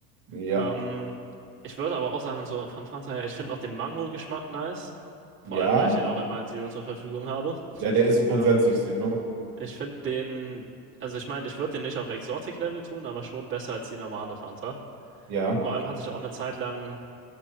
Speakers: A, on the right; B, on the right.
A: Ja.
B: Ähm, ich würde aber auch sagen, so von Fanta her, ich finde auch den Mango-Geschmack nice. Vor
A: Ja?
B: allem, weil ich den auch immer in Zero zur Verfügung habe. <laughs>
A: Ja, der ist so grundsätzlich
B: Äh,
A: Zero.
B: ich finde den, also ich meine, ich würde den nicht auf Exotic-Level tun, aber schon besser als die normale Fanta.
A: Ja.
B: Vor allem hatte ich auch eine Zeit lang,